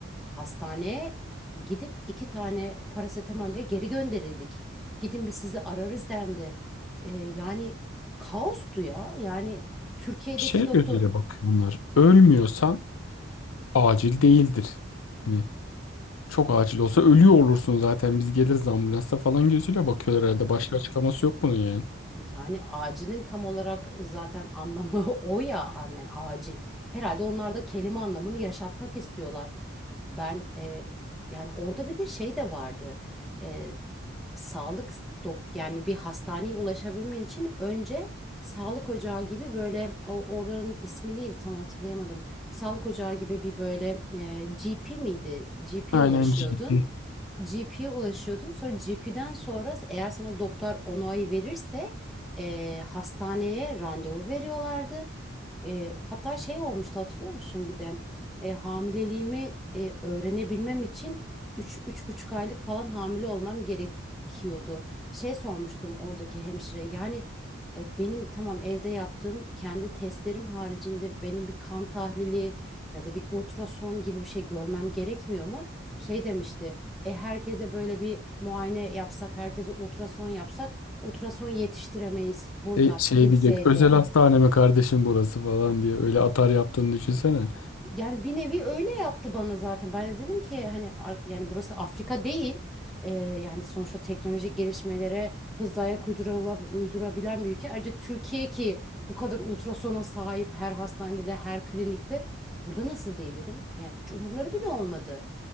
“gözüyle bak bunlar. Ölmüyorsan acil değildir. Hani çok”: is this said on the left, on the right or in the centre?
Left